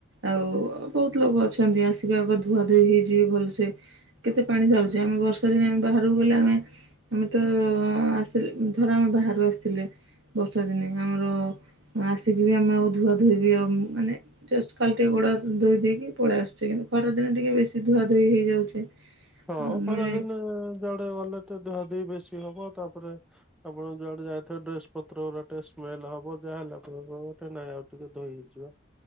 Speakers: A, on the right (about 75°); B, in the centre.
A: ଆଉ ବହୁତ ଲୋକ ଅଛନ୍ତି ଆସିବେ ଆଗ ଧୁଆ ଧୁଇ ହେଇଯିବେ ଭଲ ସେ କେତେ ପାଣି ହଉଚି ଆମେ ବର୍ଷା ଦିନେ ଆମେ ବାହାରକୁ ଗଲେ ଆମେ ଆମେ ତ ଆସିଲେ ଧର ଆମେ ବାହାରୁ ଆସିଲେ ବର୍ଷା ଦିନେ ଆମର ଆସିକି ବି ଆମେ ଆଉ ଧୁଆ ଧୁଇ ବି ଆଉ ମାନେ ଜଷ୍ଟ ଖାଲି ଟିକେ ଗୋଡ ହାତ ଧୋଇ ଦେଇକି ପଳେଇ ଆସୁଛି କିନ୍ତୁ ଖରା ଦିନେ ଟିକେ ବେଶୀ ଧୁଆ ଧୋଇ ହେଇଯାଉଛେ
B: ହଁ
A: ଆଉ
B: ଖରାଦିନେ
A: ମାନେ
B: ଯୁଆଡ଼େ ଗଲେ ଟିକେ ଧୁଆ ଧୋଇ ବେଶୀ ହବ ତାପରେ ଆପଣ ଯୁଆଡ଼େ ଯାଇଥିବା ଡ୍ରେସ ପତ୍ର ଗୁରା ଟିକେ ସ୍ମେଲ ହବ ଯାହାହେଲେ ଆପଣଙ୍କ <unintelligible> ନାଇଁ ଆଉ ଟିକେ ଧୋଇ ହେଇଯିବା।